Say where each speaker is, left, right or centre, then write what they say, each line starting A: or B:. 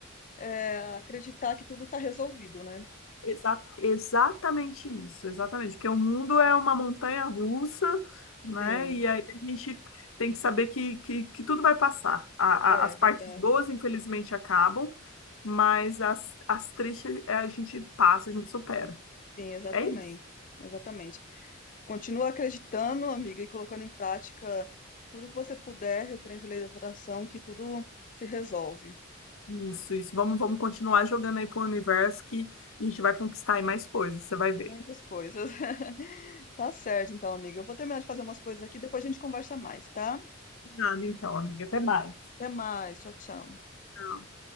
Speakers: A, on the left; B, on the left.
A: é, acreditar que tudo está resolvido, né?
B: Exa- exatamente isso, exatamente. Porque o mundo é uma montanha russa, né?
A: Sim,
B: E aí a gente tem que saber que, que, que tudo vai passar. A-
A: é
B: a- as
A: verdade.
B: partes boas, infelizmente, acabam, mas as, as tristes eh, a gente passa, a gente supera.
A: Sim, exatamente.
B: É isso.
A: Exatamente. Continua acreditando, amiga, e colocando em prática tudo que você puder referente à lei da atração, que tudo se resolve.
B: Isso, isso. Vamos, vamos continuar jogando aí pro universo que a gente vai conquistar aí mais coisas, você vai ver.
A: Muitas coisas. <laughs> Tá certo, então, amiga. Eu vou terminar de fazer umas coisas aqui, depois a gente conversa mais, tá?
B: Nada, então, amiga. Até mais.
A: Até mais. Tchau, tchau.
B: Tchau.